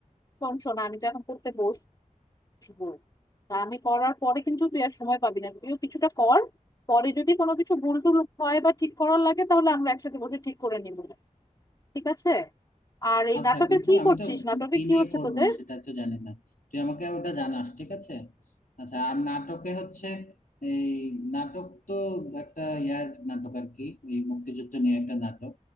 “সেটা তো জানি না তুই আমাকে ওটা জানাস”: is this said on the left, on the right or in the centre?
Left